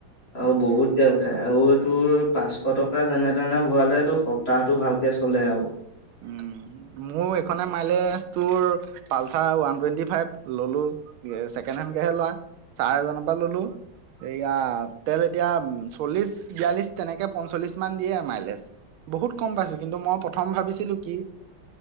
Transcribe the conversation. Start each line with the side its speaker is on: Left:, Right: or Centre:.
Left: আৰু বহুত তেল খাই আৰু এই তোৰ পাঁচশ টকা যেনে তেনে ভৰালে তোৰ সপ্তাহটো ভালকে চলে আৰু।
Right: উম মোৰ এইখনে মাইলেজ তোৰ পালচাৰ ওৱান টুৱেন্টি ফাইভ ললো চছেকেণ্ড হেণ্ডকেহে লোৱা ছাৰ এজনৰ পৰা ললো এয়া তেল এতিয়া চল্লিশ বিয়াল্লিশ তেনেকে পঞ্চল্লিশ মান দিয়ে আৰু মাইলেজ। বহুত কম পাইছো কিন্তু মই প্ৰথম ভাবিছিলো কি